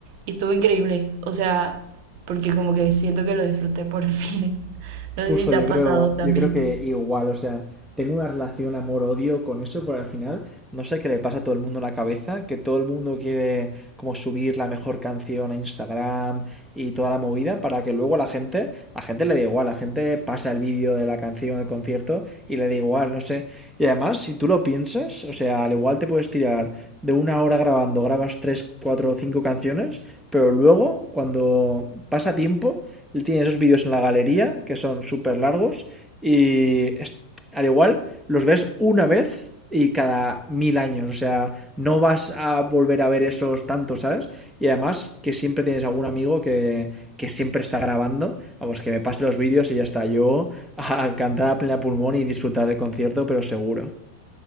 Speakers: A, on the right (about 45°); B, in the centre.
A: Y estuvo increíble. O sea, porque como que siento que lo disfruté por fin. <laughs>
B: Justo,
A: No sé si te
B: yo
A: ha pasado
B: creo,
A: también.
B: yo creo que igual, o sea, tengo una relación amor-odio con eso, porque al final no sé qué le pasa a todo el mundo en la cabeza, que todo el mundo quiere como subir la mejor canción a Instagram y toda la movida para que luego la gente, a gente le da igual, la gente pasa el vídeo de la canción al concierto y le da igual, no sé. Y además, si tú lo piensas, o sea, al igual te puedes tirar de una hora grabando, grabas tres, cuatro o cinco canciones, pero luego, cuando pasa tiempo, tiene esos vídeos en la galería que son súper largos y es- al igual los ves una vez y cada mil años, o sea, no vas a volver a ver esos tantos, ¿sabes? Y además que siempre tienes algún amigo que, que siempre está grabando, vamos, que me pase los vídeos y ya está, yo a cantar a plena pulmón y disfrutar del concierto, pero seguro.